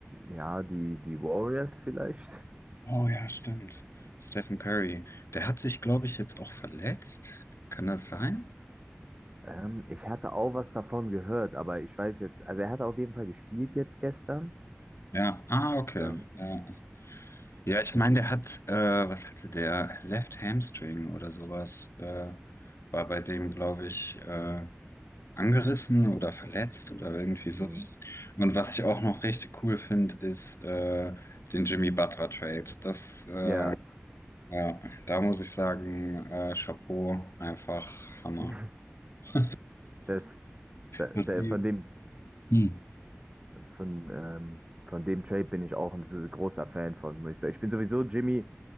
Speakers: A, on the right; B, on the left.
A: Ja, die, die Warriors vielleicht. <laughs>
B: Oh ja, stimmt. Stephen Curry. Der hat sich, glaube ich, jetzt auch verletzt. Kann das sein?
A: Ähm, ich hatte auch was davon gehört, aber ich weiß jetzt, also er hat auf jeden Fall gespielt jetzt gestern.
B: Ja, ah, okay.
A: Ähm,
B: Ja, ja ich meine, der hat, äh, was hatte der? Left Hamstring oder sowas, äh, war bei dem, glaube ich, äh, angerissen oder verletzt oder irgendwie
A: mhm.
B: sowas. Und was ich auch noch richtig cool finde, ist äh, den Jimmy Butler Trade. Das, äh,
A: ja,
B: ja, da muss ich sagen, äh, Chapeau, einfach
A: <laughs>
B: Hammer.
A: d-
B: <laughs>
A: das, da,
B: Was
A: da,
B: die.
A: von dem,
B: Hm.
A: von, ähm, von dem Trade bin ich auch ein so großer Fan von, muss ich sagen. Ich bin sowieso Jimmy,